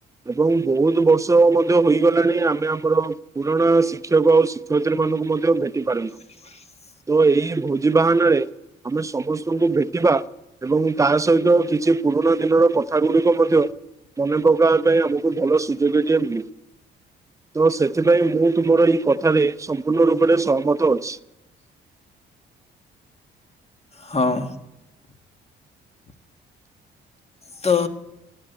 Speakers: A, on the right; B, on the left.
A: ଏବଂ ବହୁତ ବର୍ଷ ମଧ୍ୟ ହୋଇଗଲାଣି ଆମେ ଆମର ପୁରୁଣା ଶିକ୍ଷକ ଆଉ ଶିକ୍ଷୟତ୍ରୀ ମାନଙ୍କୁ ମଧ୍ୟ ଭେଟି ପାରୁନୁ।
B: <inaudible>
A: ତ ଏଇ ଭୋଜି ବାହାନାରେ ଆମେ ସମସ୍ତଙ୍କୁ ଭେଟିବା ଏବଂ ତାସ ସହିତ କିଛି ପୁରୁଣା ଦିନର କଥା ଗୁଡିକ ମଧ୍ୟ ମନେ ପକାଇବାପାଇଁ ଆମକୁ ଭଲ ସୁଯୋଗ ଟିଏ ମିଳିବ। ତ ସେଥିପାଇଁ ମୁଁ ତୁମର ଏଇ କଥାରେ ସମ୍ପୂର୍ଣ୍ଣ ରୂପରେ ସହମତ ଅଛି।
B: ହଉ। ତ